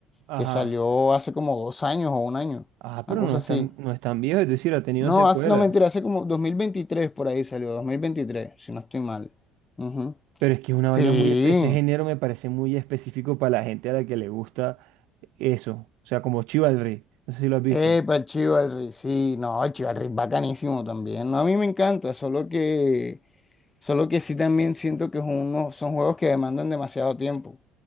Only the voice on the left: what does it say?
que salió hace como dos años o un año,
una cosa
así.
No,
hace- no, mentira, hace como 2023 por ahí salió, 2023, si no estoy mal. Ujú.
Sí,
epa, Chivalry, sí, no, Chivalry es bacanísimo también. No, a mí me encanta, solo que, solo que sí también siento que es uno- son juegos que demandan demasiado tiempo.